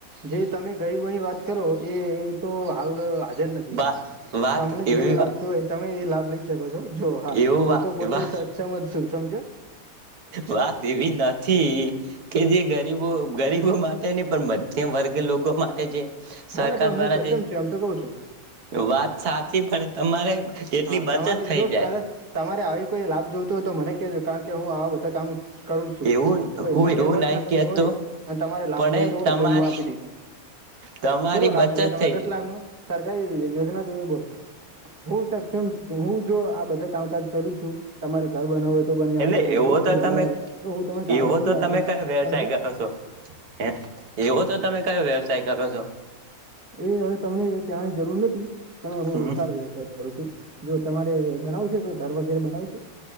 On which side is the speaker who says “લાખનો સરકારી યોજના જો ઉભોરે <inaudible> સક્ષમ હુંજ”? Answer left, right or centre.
Right